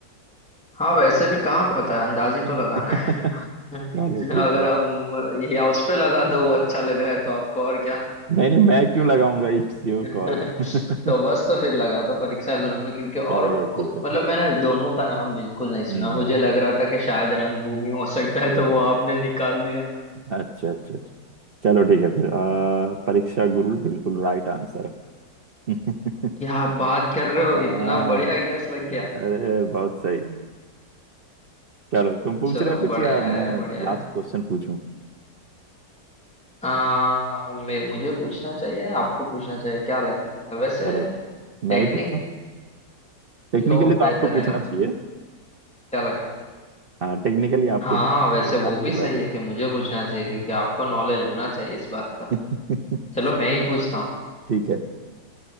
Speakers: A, in the centre; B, on the right.
A: हाँ वैसे भी कहाँ पता है अंदाज ही तो लगाना
B: <laughs>
A: है <laughs> अगर
B: चलो ठीक है
A: आप म, या उस पे लगा दो वो अच्छा लग रहा है तो आपको और क्या
B: नहीं नहीं मैं क्यों लगाऊंगा इट्स योर
A: <laughs>
B: कॉल <laughs>
A: तो बस तो फिर लगा दो परीक्षा गुरु पे क्योंकि और
B: चलो
A: कुछ
B: ठीक है फिर
A: मतलब मैंने दोनों का नाम बिल्कुल नहीं सुना
B: हम्म
A: मुझे लग रहा था कि शायद रंगभूमि हो सकता है तो वो आपने निकाल दिया
B: अच्छा अच्छा अच्छा चलो ठीक है फिर आ, परीक्षा गुरु बिल्कुल राइट आंसर है <laughs>
A: क्या आप बात कर रहे हो
B: हाँ
A: इतना बढ़िया गैस लग गया
B: अरे बहुत सही चलो तुम पूछ
A: चलो
B: रहे हो कुछ
A: बढ़िया
B: या
A: है
B: मैं
A: बढ़िया
B: लास्ट
A: है।
B: क्वेश्चन पूछूं
A: आ, मैं मुझे पूछना चाहिए आपको पूछना चाहिए क्या लगता है वैसे
B: चलो मैं
A: टेक्निक
B: ही पूछूं टेक्निकली
A: तो
B: तो
A: बेहतर
B: आपको पूछना
A: है ना
B: चाहिए
A: क्या लग
B: हाँ टेक्निकली आपको
A: हाँ
B: पूछना
A: वैसे
B: चाहिए
A: वो
B: आपकी
A: भी सही
B: बारी
A: है कि मुझे पूछना चाहिए क्योंकि आपको नॉलेज होना चाहिए इस बात का
B: है <laughs>
A: चलो मैं ही पूछता हूँ
B: ठीक है